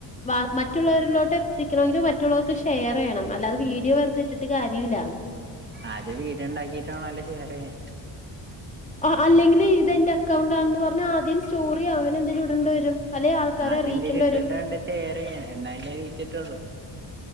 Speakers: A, on the left; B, on the right.
A: വ മറ്റുള്ളവരിലേക്ക് എത്തിക്കണെങ്കിൽ മറ്റുള്ളവർക് ഷെയറെയ്യണം അല്ലാതെ വീഡിയോ വെറുതെ ട്ടിട്ട് കാര്യല്ല
B: ആദ്യം വീഡിയോണ്ടാക്കീട്ടാണല്ലോ ഷെയറെയ്യാ
A: അ അല്ലെങ്കിലും ഇതെന്റെ അക്കൗണ്ട ണെന്ന് പർഞ് ആദ്യം സ്റ്റോറി അങ്ങനെ ന്തേലും ഇടണ്ടി വരും അല്ലെ ആൾക്കാരെ
B: ആദ്യന്തേലും
A: അറിയിക്കേണ്ടി
B: ഇട്ട്
A: വരും
B: ട്ടാണ്ട് ഷെയറെയ്യാ എന്നാലേ റീച്ച്ട്ടൊള്ളു